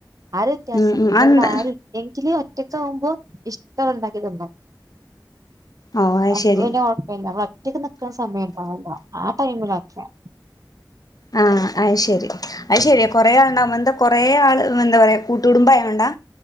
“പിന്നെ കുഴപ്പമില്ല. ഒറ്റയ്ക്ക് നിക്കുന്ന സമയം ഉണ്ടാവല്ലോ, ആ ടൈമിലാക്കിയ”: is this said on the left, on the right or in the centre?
Right